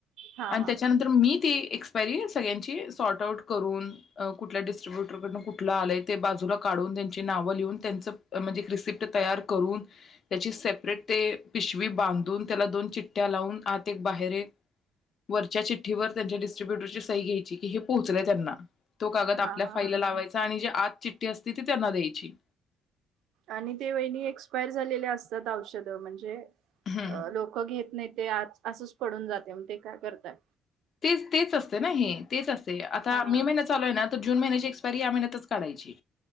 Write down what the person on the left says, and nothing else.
आणि
त्याच्यानंतर मीठ ती एक्सपायरी सगळ्यांची सॉर्ट आउट करून अ कुठल्या डीस्ट्रीब्यूटर कडन कु आलंय ते बाजूला काढून त्यांची नाव लिहून त्यांच अ म्हणजे रिसिप्ट तयार करून त्याची सेपरेट ते पिशवी बांधून त्याला दोन चिठ्ठ्या लावून आत एक बाहेर एक वरच्या चिठ्ठीवर त्यांच्या डिस्ट्रीब्युटरची सही घ्यायची की हे पोहोचलय त्यांना तो कागद
आपल्या
फाईलला
लावायचा आणि जी आत चिठ्ठी असते ती त्यांना द्यायची
हं.
तेच तेच असत ना हे तेच अस ते आता
मे महिना चालू आहे ना त जून महिन्याची एक्सपायरी या महिन्यातच काढायची